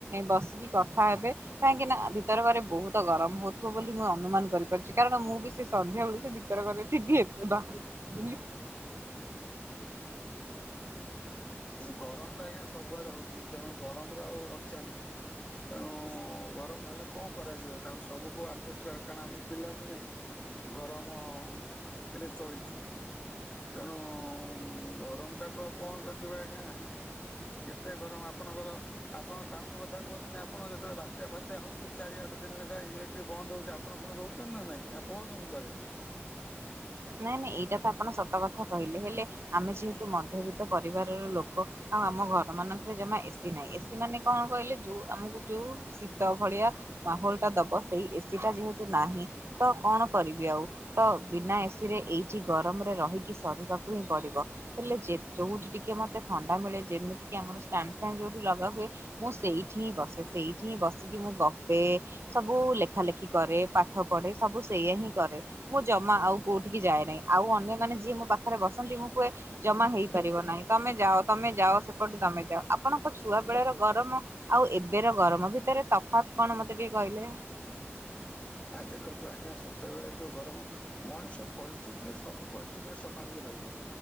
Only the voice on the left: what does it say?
ଗରମ ତ ଆଜ୍ଞା ସବୁଆଡେ ହଉଛି ତେଣୁ ଗରମରେ ଆଉ ରକ୍ଷା ନାହିଁ। ତେଣୁ ଗରମ ହେଲେ କଣ କରାଯିବ ତାକୁ ସବୁକୁ ଆଡଜଷ୍ଟ କାରଣ ଆମେ ପିଲାଦିନେ ଗରମରେ ଚଳିଛୁ। ତେଣୁ ଗରମ ଟାକୁ ଆଉ କଣ ଜଗିବ ଆଜ୍ଞା। କେତେ ଗରମ ଆପଣଙ୍କର ଆପଣ ଟାଉନ କଥା କହୁଛନ୍ତି ଆପଣ ଯେତେବେଳେ ବାତ୍ୟା ଫାତ୍ୟା ହଉଛି ଚାରି ଆଠ ଦିନ ଳାକା ଇଲେ ବନ୍ଦ ହଉଛି ଆପଣ ପୁଣି ରହୁଛନ୍ତି ନା ନାଇଁ ନା ପଳଉଛନ୍ତି କୁଆଡ଼େ
ଆ ଦେଖନ୍ତୁ ଆଜ୍ଞା ସେତେବେଳେ ଯେଉଁ ଗରମ ମଣିଷ ପରିସ୍ଥିତିରେ ସବୁ ପରିସ୍ଥିତିରେ ସମ୍ଭାଳିକି ରହିବ।